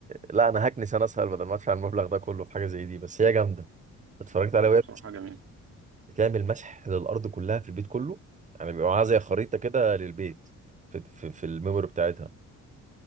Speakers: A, on the right; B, on the right.
A: لا انا هكنس انا اسهل بدل ما ادفع المبلغ ده كله في حاجه زي دي بس هي جامده
B: آه،
A: اتفرجت
B: آه.
A: عليها
B: لا
A: وهي
B: بصراحة جميل
A: بتعمل مسح للأرض كلها في البيت كله يعني بيبقى معاها زي خريطة كده للبيت في في, في الميموري بتاعتها